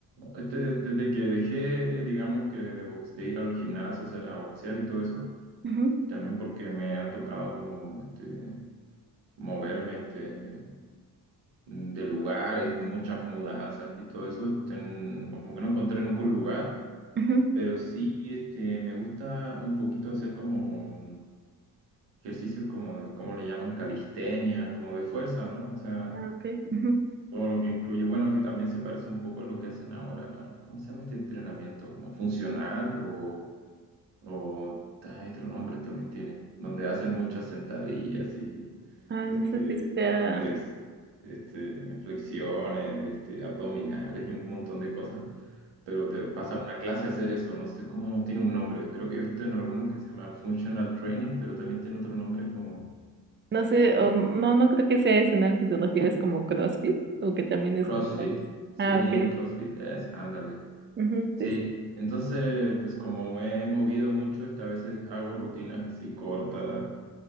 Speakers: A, on the right; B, on the right.
A: Este, desde que dejé, digamos que de, box- de ir al gimnasio, hacer, a boxear y todo eso,
B: Ujú,
A: también porque me ha tocado como, este, moverme, este, mm, de lugares, muchas mudanzas y todo eso, este, n- como que no encontré nunca un lugar,
B: ujú,
A: pero sí, este, me gusta un poquito hacer como ejercicios como de, ¿cómo le llaman? Calistenia, como de fuerza, ¿no? O sea,
B: Ah, ok. ujú.
A: todo lo que incluye, bueno, que también se parece un poco a lo que hacen ahora, ¿cómo se llama este entrenamiento? ¿Como funcional o, o ah, otro nombre también tiene? Donde hacen muchas sentadillas y
B: Ah,
A: este,
B: no sé si sea
A: flex, este, flexiones, este, abdominales y un montón de cosas. Pero te pasa una clase a hacer eso, no sé cómo tiene un nombre. Creo que he visto en algunos que se llama Functional Training, pero también tiene otro nombre como
B: No sé,
A: y
B: o no, no creo que sea ese en el que te refieres como CrossFit, o que también es
A: CrossFit,
B: como varios.
A: sí,
B: Ah, ok.
A: CrossFit, es, ándale.
B: Ujú,
A: Sí,
B: sí, sí.
A: entonces, pues como me he movido mucho, este, a veces hago rutinas así cortas,